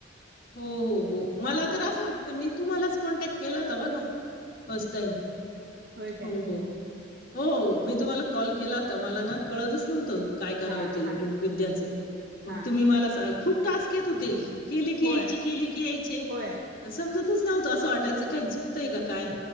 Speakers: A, on the left; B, on the right.
A: हो हो हो मला
B: हा
A: तर असं वाटतं, मी तुम्हालाच कॉन्टॅक्ट केलं हा बघा फर्स्ट टाईम
B: होय काय
A: हो हो हो हो मी तुम्हाला कॉल केलाता मला ना कळतच नव्ह त काय कराव
B: हा
A: ते
B: हा
A: लोकविद्याच मग
B: हा
A: तुम्ही मला खूप टास्क येत होते. की
B: होय
A: यायची केली की यायचे
B: होय
A: समजतच नव्हतं असं वाटाय च काय चुकतंय का काय?